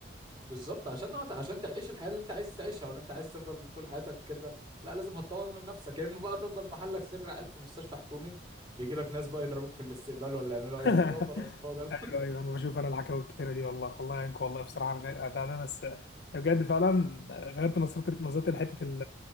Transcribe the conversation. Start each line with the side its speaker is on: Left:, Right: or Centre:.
Right: بالظبط عشان نقط عشان تعيش الحياه اللي انت عايز تعيشها ولا انت عايز تفضل طول حياتك كده لا لازم هتطور من نفسك يا اما بقى تفضل محلك سر قاعد في مستشفى حكومي بيجي لك ناس بقى يضربوك في الاستقبال ولا يعملوا
Left: <laughs>
Right: اي حاجه وخلاص هو ده <laughs>
Left: أيوه أيوه أنا بشوف أنا الحكاوي الكتيرة دي والله الله يعينكم والله بصراحة على الغ- ده ده بس بجد فعلا غيرت نظرتي نظرتي لحتة ال